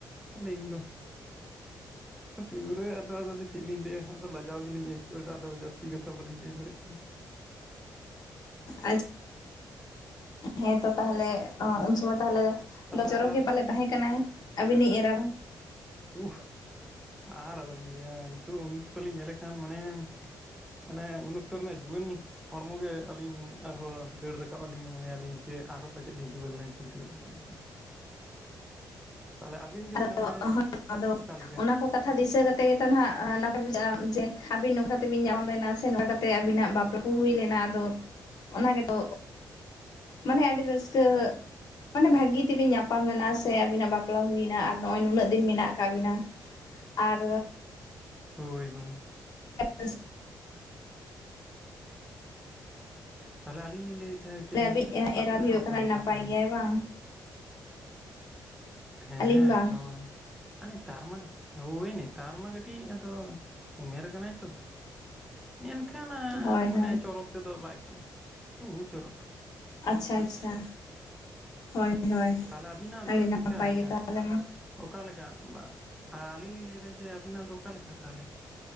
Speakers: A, in the centre; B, on the left.
A: ᱟᱹᱞᱤᱧ ᱫᱚ ᱯᱩᱨᱟ ᱟᱫᱚ ᱟᱫᱚ ᱪᱮᱫ ᱞᱤᱧ ᱞᱟᱹᱭᱟ ᱟᱫᱚ ᱞᱟᱡᱟᱣ ᱜᱮᱞᱤᱧ ᱟᱹᱭᱠᱟᱹᱣᱮᱫᱟ ᱟᱫᱚ ᱡᱟᱹᱥᱛᱤ ᱠᱟᱛᱷᱟ ᱵᱟᱹᱞᱤᱧ ᱞᱟᱹᱭ ᱫᱟᱲᱮᱭᱟᱜ ᱠᱟᱱᱟ᱾
B: ᱟᱪᱪᱷᱟ ᱦᱮᱸᱛᱚ ᱛᱟᱦᱚᱞᱮ ᱩᱱ ᱥᱚᱢᱚᱭ ᱛᱟᱦᱚᱞᱮ
A: ᱛᱟᱦᱚᱞᱮ
B: ᱪᱚᱨᱚᱠ
A: ᱟᱨ
B: ᱜᱮ
A: ᱟᱹᱵᱤᱱ
B: ᱯᱟᱞᱮ ᱛᱟᱦᱮᱸ ᱠᱟᱱᱟᱭ ᱟᱵᱤᱱᱤᱜ ᱮᱨᱟ᱾ <inaudible>
A: ᱩᱯᱷ ᱟᱨ ᱟᱞᱚᱵᱤᱱ ᱞᱟᱹᱭᱟ ᱱᱤᱛᱚᱜ ᱩᱱ ᱚᱠᱛᱚ ᱞᱤᱧ ᱧᱮᱞ ᱞᱮᱠᱷᱟᱱ ᱢᱟᱱᱮ ᱢᱟᱱᱮ ᱩᱱ ᱚᱠᱛᱚ ᱨᱮᱱᱟᱜ ᱡᱩᱣᱟᱹᱱ ᱦᱚᱲᱢᱚ ᱜᱮ ᱟᱹᱞᱤᱧ ᱟᱨᱦᱚᱸ ᱫᱟᱹᱲ ᱨᱟᱠᱟᱵ ᱟᱹᱞᱤᱧ ᱢᱚᱱᱮᱭᱟᱞᱤᱧ ᱡᱮ ᱟᱨᱦᱚᱸ ᱯᱟᱪᱮᱫ ᱞᱤᱧ ᱡᱩᱣᱟᱹᱱ ᱞᱮᱱᱠᱷᱟᱱ ᱛᱤᱱᱟᱹᱜ ᱜᱟᱱ ᱵᱟᱭᱠ ᱢᱟ <unintelligible>
B: <inaudible>
A: ᱛᱟᱦᱚᱞᱮ ᱟᱵᱤᱱ ᱜᱮ
B: ᱟᱫᱚ
A: ᱛᱟᱦᱚᱞᱮ
B: ᱦᱳᱭ ᱟᱫᱚ
A: ᱚᱠᱟᱞᱮᱠᱟ
B: ᱚᱱᱟ ᱠᱚᱼᱼ ᱠᱟᱛᱷᱟ ᱫᱤᱥᱟᱹ ᱠᱟᱛᱮ ᱜᱮᱛᱚ ᱱᱟᱱᱟᱜ ᱱᱟᱯᱟᱭ ᱵᱩᱡᱷᱟᱹᱜ-ᱟ ᱡᱮ ᱟᱵᱤᱱ ᱱᱚᱝᱠᱟ ᱠᱟᱛᱮᱵᱤᱱ ᱧᱟᱯᱟᱢ ᱞᱮᱱᱟ ᱥᱮ ᱱᱚᱝᱠᱟ ᱠᱟᱛᱮ ᱟᱵᱤᱱᱟᱜ ᱵᱟᱯᱞᱟᱼᱼ ᱦᱩᱭ ᱞᱮᱱᱟ ᱟᱫᱚ ᱚᱱᱟ ᱜᱮᱛᱚ ᱢᱟᱱᱮ ᱟᱹᱰᱤ ᱨᱟᱹᱥᱠᱟᱹᱼᱼ ᱢᱟᱱᱮ ᱵᱷᱟᱹᱜᱤ ᱛᱮᱵᱤᱱ ᱧᱟᱯᱟᱢ ᱞᱮᱱᱟ ᱥᱮ ᱟᱵᱤᱱᱟᱜ ᱵᱟᱯᱞᱟ ᱦᱩᱭᱱᱟ᱾ ᱟᱨ ᱱᱚᱜᱼᱚᱭ ᱱᱩᱱᱟᱹᱜ ᱫᱤᱱ ᱢᱮᱱᱟᱜ ᱟᱠᱟᱫ ᱵᱤᱱᱟ ᱟᱨᱼᱼ
A: ᱦᱳᱭ ᱦᱳᱭ᱾
B: ᱮ <unintelligible>
A: ᱛᱟᱦᱚᱞᱮ ᱟᱹᱞᱤᱧ ᱞᱤᱧ ᱞᱟᱹᱭᱮᱫ ᱛᱟᱦᱮᱸᱫ
B: ᱟᱹᱵᱤᱡ
A: ᱡᱮ
B: ᱮᱨᱟ
A: ᱟᱹᱵᱤᱱ
B: ᱦᱩᱭᱩᱜ
A: ᱢᱟ
B: ᱠᱟᱱᱟᱭ
A: ᱚᱠᱟᱞᱮᱠᱟ
B: ᱱᱟᱯᱟᱭ
A: ᱛᱟᱦᱚᱞᱮ?
B: ᱜᱮᱭᱟᱭ ᱵᱟᱝ
A: ᱦᱮᱸ
B: ᱟᱹᱞᱤᱧ ᱵᱟᱝ
A: ᱮᱠᱫᱚᱢ ᱟᱞᱚ᱾ ᱟᱨ ᱱᱮᱛᱟᱨ ᱢᱟ ᱦᱳᱭ ᱱᱮᱛᱟᱨ ᱢᱟ ᱠᱟᱹᱴᱤᱡ ᱟᱫᱚ ᱩᱢᱮᱨ ᱠᱟᱱᱟᱭ ᱛᱚ᱾
B: <unintelligible>
A: ᱢᱮᱱᱠᱷᱟᱱ
B: ᱦᱳᱭ ᱦᱳᱭ
A: ᱢᱟᱱᱮ ᱪᱚᱨᱚᱠ ᱛᱮᱫᱚ ᱵᱟᱭ ᱠᱚᱢᱟ ᱵᱩᱦᱩ ᱪᱚᱨᱚᱠ᱾
B: ᱟᱪᱪᱷᱟ ᱟᱪᱪᱷᱟ ᱦᱳᱭ᱾ ᱦᱳᱭ
A: ᱛᱟᱦᱞᱮ ᱟᱹᱵᱤᱱᱟᱜ
B: ᱟᱹᱰᱤ
A: ᱫᱚ
B: ᱱᱟᱯᱟᱭ
A: ᱪᱮᱫᱠᱟ ᱞᱮᱠᱟ?
B: ᱜᱮ ᱛᱟᱦᱚᱞᱮ ᱢᱟ
A: ᱚᱠᱟ ᱞᱮᱠᱟ ᱟᱹᱞᱤᱧ ᱞᱤᱧ ᱞᱟᱹᱭᱫᱟ ᱡᱮ ᱟᱵᱤᱱᱟᱜ ᱫᱚ ᱚᱠᱟᱞᱮ ᱞᱮᱠᱟ ᱛᱟᱦᱚᱞᱮ᱾